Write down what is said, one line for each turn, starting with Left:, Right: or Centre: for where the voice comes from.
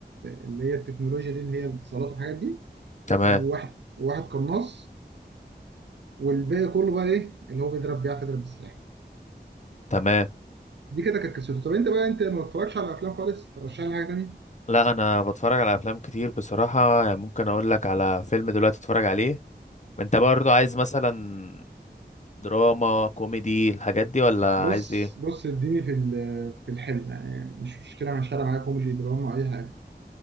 Right: اللي هي التكنولوجيا دي اللي هي الاتصالات والحاجات دي
Left: تمام
Right: وواحد وواحد قناص والباقي كله بقى ايه اللي هو بيضرب بيعرف يضرب بالسلاح
Left: تمام
Right: دي كده كانت قصته طب انت بقى انت ما بتتفرجش على افلام خالص ترشح لي حاجه تانيه
Left: لا أنا بتفرج على أفلام كتير بصراحة يعني ممكن أقول لك على فيلم دلوقتي تتفرج عليه أنت برضو عايز مثلا دراما كوميدي الحاجات دي ولا
Right: بص
Left: عايز إيه
Right: بص اديني في ال- في الحلو يعني مش مشكله مع الشارع معايا كوميدي دراما اي حاجه